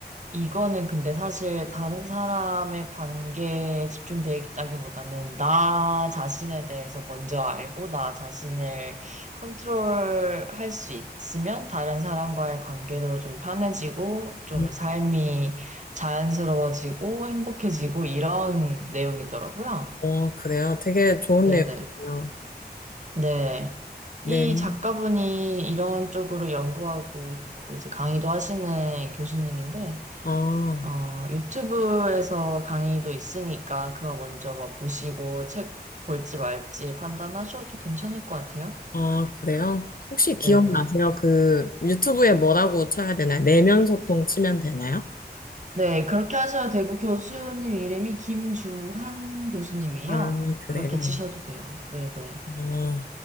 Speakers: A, on the right; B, on the left.
A: 이거는 근데 사실 다른 사람의 관계에 집중되기보다는 나 자신에 대해서 먼저 알고 나 자신을 컨트롤할 수 있으면 다른 사람과의 관계도 좀 편해지고 좀
B: 음,
A: 삶이 자연스러워지고 행복해지고 이런 내용이더라고요.
B: 어, 그래요? 되게 좋은
A: 네네.
B: 내용이네요.
A: 네.
B: 네.
A: 이 작가분이 이런 쪽으로 연구하고 이제 강의도 하시는 교수님인데
B: 어.
A: 어, 유튜브에서 강의도 있으니까 그거 먼저 뭐 보시고 책 볼지 말지 판단하셔도 괜찮을 것 같아요.
B: 아, 그래요? 혹시 기억나세요?
A: 네네.
B: 그 유튜브에 뭐라고 쳐야 되나요? 내면 소통 치면 되나요?
A: 네, 그렇게 하셔도 되고 교수님 이름이 김주환 교수님이에요.
B: 아, 그래요.
A: 그렇게 치셔도 돼요. 네네.
B: 어,